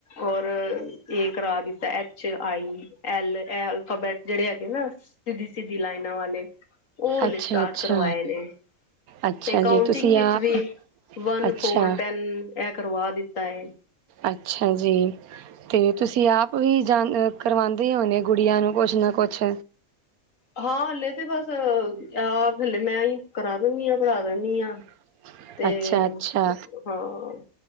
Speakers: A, on the left; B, on the right.
A: ਔਰ ਇਹ ਕਰਾ ਦਿੱਤਾ ਐਚ ਆਈ ਐਲ। ਬੈ ਜਿਹੜੇ ਹੈਗੇ ਨਾ ਸਿੱਧੀ ਸਿੱਧੀ ਲਾਈਨਾਂ ਵਾਲੇ। ਉ ਹਲੇ
B: ਅੱਛਾ
A: ਸਟਾਰਟ
B: ਅੱਛਾ
A: ਕਰਵਾਏ ਨੇ।
B: ਅੱਛਾ
A: ਤੇ ਕਾਉਂਟਿੰਗ
B: ਜੀ ਤੁਸੀਂ
A: ਵਿਚ
B: ਆਪ
A: ਵੀ ਵਨ
B: ਅੱਛਾ
A: ਫੋਰ ਟੈਨ ਇਹ ਕਰਵਾ ਦਿੱਤਾ ਏ।
B: ਅੱਛਾ ਜੀ ਤੇ ਤੁਸੀਂ ਆਪ ਉਹੀ ਜਾ ਕਰਵਾਉਂਦੇ ਹੋਣੇ ਗੁੜੀਆਂ ਨੂੰ ਕੁਛ ਨਾ ਕੁਛ
A: ਹਾਂ ਹਲੇ ਤੇ ਬਸ ਆਹ ਹਲੇ ਮੈਂ ਹੀ ਕਰਾ ਦਿੰਦੀ ਆਂ ਪੜ੍ਹਾ ਦਿੰਦੀ ਆਂ।
B: <inaudible>
A: ਤੇ
B: ਅੱਛਾ
A: ਹਾਂ।